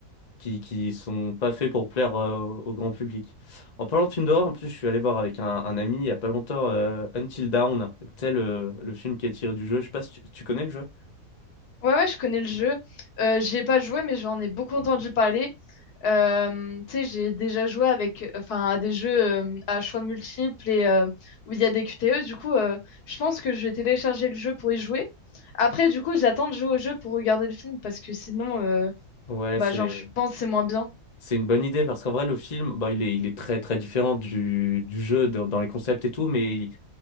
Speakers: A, on the left; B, on the left.
A: qui qui sont pas faits pour plaire euh, au au grand public. En parlant de films d'horreur, en plus, je suis allé voir avec un, un ami il y a pas longtemps euh, Until Dawn, tel le, le film qui est tiré du jeu. Je sais pas si tu, tu connais le jeu.
B: Ouais, ouais, je connais le jeu. Euh, j'y ai pas joué, mais j'en ai beaucoup entendu parler. Euh, tu sais, j'ai déjà joué avec, enfin, à des jeux euh, à choix multiples et euh, où il y a des QTE. Du coup, euh, je pense que je vais télécharger le jeu pour y jouer. Après, du coup, j'attends de jouer au jeu pour regarder le film parce que sinon, euh,
A: Ouais,
B: bah,
A: c'est
B: genre, je pense que c'est moins bien.
A: C'est une bonne idée parce qu'en vrai, le film, bah, il est, il est très très différent du, du jeu dans, dans les concepts et tout, mais il-